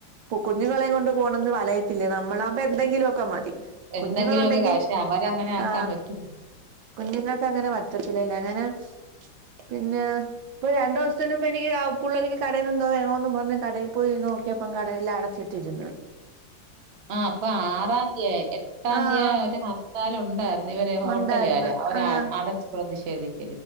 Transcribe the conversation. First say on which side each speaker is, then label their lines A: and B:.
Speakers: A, on the right; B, on the right.
A: കുഞ്ഞുങ്ങളെയുംകൊണ്ട് പോണന്ന് വല ഇല്ല നമ്മളാവുമ്പോൾ എന്തെങ്കിലും ഒക്കെ മതി
B: എന്തെങ്കിലുമൊക്കെ
A: കുഞ്ഞുങ്ങൾ ഉണ്ടെങ്കിൽ
B: പക്ഷെ അവരങ്ങനെ ആക്കാൻ
A: ആ
B: പറ്റൂല
A: കുഞ്ഞുങ്ങൾക്ക് അങ്ങനെ പറ്റത്തില്ലല്ലേ അങ്ങനെ പിന്നെ ഇപ്പൊ രണ്ടു ദിവസത്തിനുമ്പ എനിക്ക് പുള്ളരക്ക് കടയ്ന്ന് എന്തോ വേണോന്ന് പറഞ്ഞ് കടയിൽ പോയി നോക്കിയപ്പെ കടയെല്ലാം അടച്ചിട്ടിരുന്ന്.
B: ആ അപ്പൊ ആറാന്തിയ എട്ടാന്തിയേ
A: ആഹ്
B: ഹർത്താൽ ഉണ്ടാര്ന്നു ഇവര് ഹോട്ടലാര്
A: ഉണ്ടായിരുന്നു ആഹ്
B: അടചു പ്രതിശേ ശരി